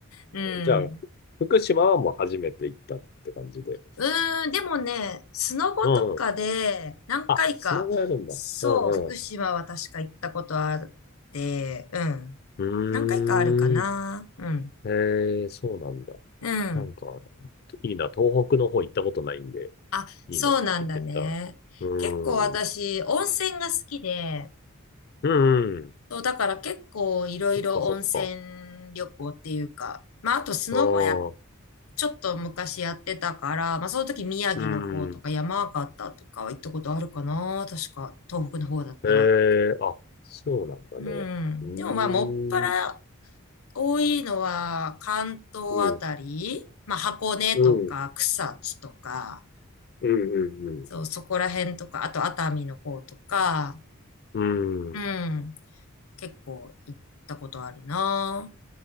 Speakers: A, on the left; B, on the left.
A: うん。
B: じゃあ、福島はもう初めて行ったって感じで。
A: うーん、でもね、スノボとかで何回か、
B: うん。あ、スノボやるんだ。
A: そう、
B: うんう
A: 福島は確か行ったことあって、うん。
B: ん。
A: 何回かあるかな。
B: うーん。
A: うん。
B: へえ、そうなんだ。
A: うん。
B: なんか、いいな。東北の方行ったことないんで、
A: あ、
B: いいな。
A: そうなんだね。
B: 行ってみたい。うーん。
A: 結構私、温泉が好きで、
B: うんうん。
A: そう、だから結構いろいろ温泉旅行っていうか、
B: そっかそっか。
A: まあ、あとスノボや、
B: ああ、
A: ちょっと昔やってたから、まあ、その時宮城の方とか山形とかは行ったことあるかな。
B: うん。
A: 確か、東北の方だったら。
B: ええあ、そうなんだね。
A: うん。
B: うー
A: でもまあ、もっぱら
B: ん、
A: 多いのは関東あたり、
B: うん、
A: まあ、箱根とか草津とか、
B: うん、うん、
A: そう、そこら辺とか、あと熱海の方とか、
B: うん、うん。
A: うん。結構行ったことあるな。